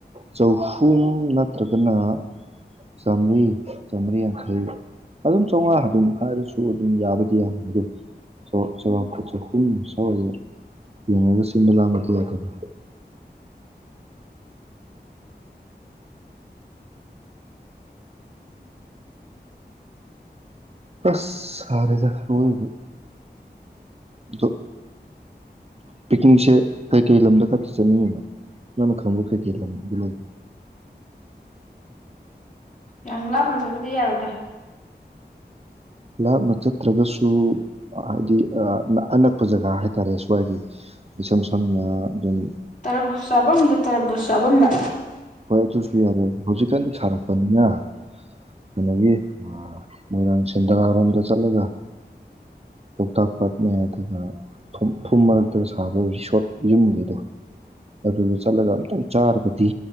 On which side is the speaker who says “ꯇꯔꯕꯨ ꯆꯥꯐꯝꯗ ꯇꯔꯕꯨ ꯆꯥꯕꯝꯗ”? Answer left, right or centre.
Left